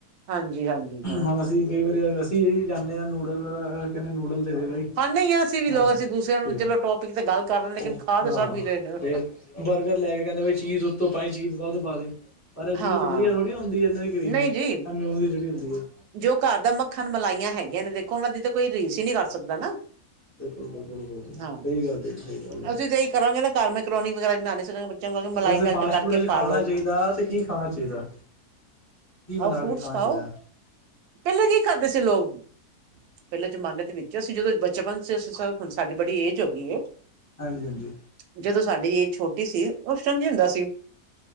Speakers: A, on the right; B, on the left.
A: ਹਾਂਜੀ ਹਾਂਜੀ ਹੋਰ
B: ਹੁਣ ਅਸੀਂ ਕਈ ਵਾਰੀ ਅਸੀਂ ਜਾਂਦੇ ਹਾਂ ਨੂਡਲ ਕਹਿੰਦੇ ਨੂਡਲ ਦੇ ਬਾਈ
A: ਖਾਂਦੇ ਹੀ ਆ, ਅਸੀਂ ਵੀ
B: ਹਾਂ
A: ਲੋਕ ਅਸੀਂ ਦੂਸਰਿਆਂ ਨੂੰ
B: ਤੇ
A: ਚਲੋਂ ਟੋਪਿਕ ਤੇ ਗੱਲ ਕਰ ਰਹੇ, ਲੇਕਿਨ
B: ਉਹ
A: ਖਾ
B: ਹਾਂ
A: ਤੇ ਸਭ ਹੀ ਰਹੇ ਨੇ।
B: ਤੇ ਬਰਗਰ ਲੈ ਕੇ ਕਹਿੰਦੇ ਬਈ ਚੀਜ਼ ਉੱਤੋਂ ਪਾਈ ਚੀਜ਼ ਵੱਧ ਪਾ ਦੇਈ, ਪਰ ਇਹ ਚੀਜ਼
A: ਹਾਂ
B: ਵਧੀਆ ਥੋੜ੍ਹੀ ਹੁੰਦੀ ਇਹ
A: ਨਹੀਂ ਜੀ
B: ਐਮਿਊਨ ਦੀ ਜਿਹੜੀ ਹੁੰਦੀ ਹੈ।
A: ਜੋ ਘਰ ਦਾ ਮੱਖਣ ਮਲਾਈਆਂ ਹੈਗੀਆਂ ਨੇ ਦੇਖੋ ਉਹਨਾਂ ਦੀ ਤਾਂ ਕੋਈ ਰੀਸ ਹੀ ਨਹੀਂ ਕਰ ਸਕਦਾ ਨਾ,
B: ਬਿਲਕੁਲ ਬਿਲਕੁਲ ਬਿਲਕੁਲ ਸਹੀ
A: ਹਾਂ
B: ਗੱਲ ਹੈ ਜੀ ਸਹੀ ਗੱਲ ਹੈ।
A: ਅਸੀਂ ਤੇਹੀ ਕਰਾਂਗੇ ਨਾ ਘਰ ਮੈਂ ਕਰੋਨੀ ਵਗੈਰਾ ਬਣਾ ਨੀ ਸਕਾਂਗੇ। ਬੱਚਿਆਂ ਨੂੰ ਕਹਾਂਗੇ ਮਲਾਈ
B: ਵੈਸੇ
A: ਮੈਲਟ
B: ਫਾਸਟ
A: ਕਰਕੇ
B: ਫੂਡ ਵਿੱਚ ਖਾਣਾ
A: ਪਾ ਲਓ
B: ਚਾਹੀਦਾ ਤੇ ਕੀ ਖਾਣਾ ਚਾਹੀਦਾ ਕੀ
A: ਖਾਓ
B: ਬਣਾ
A: ਫਰੂਟਸ
B: ਕੇ ਖਾਣਾ
A: ਖਾਓ
B: ਚਾਹੀਦਾ।
A: ਪਹਿਲਾਂ ਕੀ ਕਰਦੇ ਸੀ ਲੋਕ ਵੀ, ਪਹਿਲੇ ਜ਼ਮਾਨੇ ਦੇ ਵਿੱਚ ਅਸੀਂ ਜਦੋਂ ਬਚਪਨ ਚ ਅਸੀਂ, ਹੁਣ ਸਾਡੀ ਬੜੀ ਏਜ ਹੋ ਗਈ ਐ।
B: ਹਾਂਜੀ ਹਾਂਜੀ।
A: ਜਦੋਂ ਸਾਡੀ ਏਜ ਛੋਟੀ ਸੀ, ਉਸ ਟੈਂਪ ਟਾਈਮ ਕੀ ਹੁੰਦਾ ਸੀ।